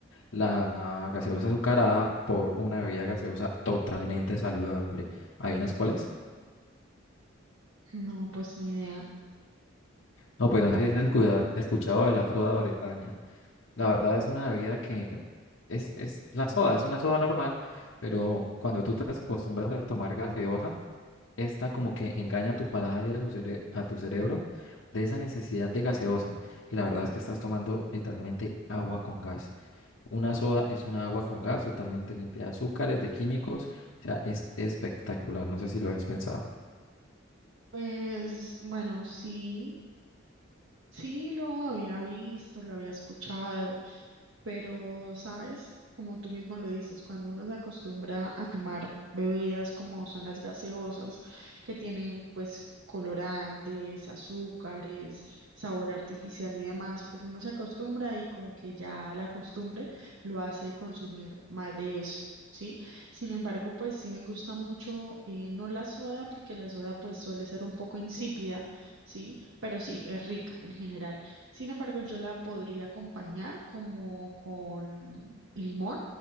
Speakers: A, on the left; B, on the right.
A: la gaseosa azucarada por una bebida gaseosa totalmente saludable. ¿Adivinas cuál es?
B: No, pues ni idea.
A: No, pues no sé si has cuida- escuchado de la soda Bretaña. La verdad es una bebida que es, es la soda, es una soda normal, pero cuando tú te acostumbras a tomar gaseosa, esta como que engaña a tu paladar y a, su cere- a tu cerebro de esa necesidad de gaseosa. Y la verdad es que estás tomando literalmente agua con gas. Una soda es una agua con gas totalmente limpia de azúcares, de químicos. O sea, es espectacular. No sé si lo habías pensado.
B: Pues bueno, sí, sí lo había visto, lo había escuchado. pero, ¿sabes? Como tú mismo lo dices, cuando uno se acostumbra a tomar bebidas como son las gaseosas, que tienen pues colorantes, azúcares, sabor artificial y demás, pues uno se acostumbra y como que ya la costumbre lo hace consumir más de eso. Sí, sin embargo, pues sí me gusta mucho, eh, no la soda, porque la soda pues suele ser un poco insípida, sí, pero sí, es rica en general. Sin embargo, yo la podría acompañar como con limón.